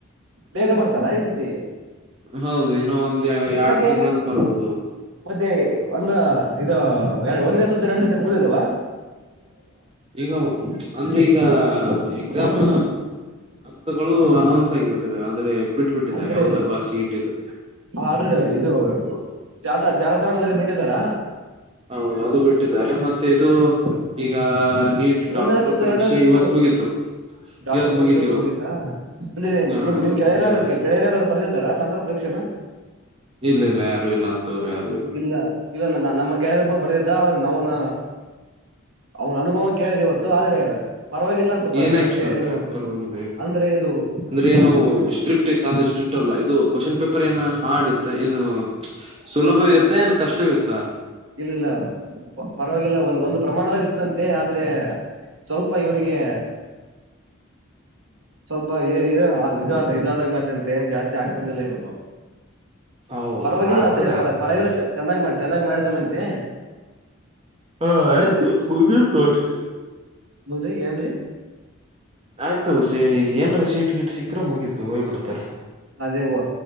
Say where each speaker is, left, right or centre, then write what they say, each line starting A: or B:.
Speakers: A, on the right (about 70°); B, on the right (about 25°).
A: ಬೇಗ ಬರ್ತಾರಾ ಈ ಸತಿ
B: ಹೌದು ಇನ್ನು ಒಂದ್
A: ಏತಕ್ಕೆ
B: ಎರಡ್ ತಿಂಗಳಲ್ಲಿ ಬರ್ಬೋದು
A: ಮತ್ತೆ ಒಂದು ಇದು ಒಂದೇ ಸುತ್ತ ಎರಡ್ ಸತಿ ಮುಗ್ದದವ
B: ಈಗ ಅಂದ್ರೆ ಈಗ ಎಕ್ಸಾಮ್ ಅಂಕಗಳು ಅನೌನ್ಸ್ ಆಗಿಬಿಟ್ಟಿದೆ ಅಂದ್ರೆ ಬಿಟ್ಟು ಬಿಟ್ಟಿದ್ದಾರೆ
A: ಅಂದ್ರೆ
B: ಹೌದಲ್ವಾ ಸೀಟ್ ಇದು
A: ಆಲ್ರೆಡಿ ಇದು ಜಾಲ ಜಾಲತಾಣದಲ್ಲಿ ಬಿಟ್ಟಿದ್ದಾರಾ
B: ಹೌದು ಅದು ಬಿಟ್ಟಿದ್ದಾರೆ ಮತ್ತೆ ಇದು ಈಗ ನೀಟ್
A: ಒಂದನೇ
B: ಡಾಕ್ಟರ್
A: ಸುತ್ತು
B: ಪರೀಕ್ಷೆ
A: ಎರಡನೇ ಸುತ್ತು
B: ಇವತ್ತು ಮುಗತು
A: ಡಾಕ್ಟರ್
B: ಇವತ್
A: ಪರೀಕ್ಷೆ
B: ಮುಗೀತು
A: ಓತ್ ಹೋಗಿತ್ತಾ ಅಂದ್ರೆ
B: ಹ
A: ನಿಮ್ ನಿಮ್ ಗೆಳರ್ಯಾರ
B: ಅಂದ್ರೆ
A: ಗೆಳೆಯರಾರ ಬರ್ದಿದಾರಾ ಡಾಕ್ಟರ್ ಪರೀಕ್ಷೆನಾ
B: ಇಲ್ಲ ಇಲ್ಲ ಯಾರು ಇಲ್ಲ ಅಂತವ್ರು ಯಾರು
A: ಇಲ್ಲ ಇಲ್ಲ ನ ನಮ್ಮ ಕೆಳೆಯ ಬರ್ದಿದ್ದ ನಾವನ ಅವನ್ ಅನುಭವ ಕೇಳಿದೆ ಇವತ್ತು ಆದ್ರೆ ಪರವಾಗಿಲ್ಲ ಅಂತ
B: ಏನಾಯ್ತಂತ್ರಿ
A: ಪರೀಕ್ಷೆ ಏನು
B: ಪರವಾಗಿಲ್ಲ
A: ಅಂದ್ರೆ ಇದು
B: ಅಂದ್ರೆ ಏನು ಸ್ಟ್ರಿಕ್ಟ್ ಇ ಅಂದ್ರೆ ಸ್ಟ್ರಿಕ್ ಅಲ್ಲ ಇದು ಕ್ವಶನ್ ಪೇಪರ್ ಏನು ಹಾರ್ಡ್ ಇತ್ತ ಏನು ಸುಲಭ ಇತ್ತ ಏನ್ ಕಷ್ಟವ ಇತ್ತ
A: ಇಲ್ಲಲ್ಲ ಪರವಾಗಿಲ್ಲ ಒಂದ್ ಒಂದು್ ಪ್ರಮಾಣದಲ್ಲಿ ಇತ್ತಂತೆ ಆದ್ರೆ ಸ್ವಲ್ಪ ಇವನಿಗೆ ಸ್ವಲ್ಪ ಇದ ಇದಾದಾಗ ಮಾತ ಮತ್ತೆ ಜಾಸ್ತಿ ಹಾಕ್ ಬಂದಿಲ್ಲ ಇವನು
B: ಹೌದು
A: ಪರವಾಗಿಲ್ಲ
B: ಆಗ್ತದೆ
A: ಅಂದ್ರೆ ಪರ
B: ಆಗ್ತದೆ
A: ಪರವಾಗಿಲ್ಲ ಚೆನ್ನಾಗ್ ಮಾಡ ಚೆನ್ನಾಗಿ್ ಮಾಡಿದಾನಂತೆ
B: ಹಾ
A: ಅಂದ್ರೆ
B: ಆಯ್ತು ಮುಗತ್ತು ಅಷ್ಟೇ
A: ಮುಡೇ ಏನ್ರೀ
B: ಆಯ್ತು ಸ ಈಗ ಏನ್ರ ಶೀಟ್ ಗಿಟ್ ಸಿಕ್ಕ್ರ ಮುಗೀತು ಹೋಗ್ಬ ಬಿಡ್ತಾರ
A: ಅದೇ ವ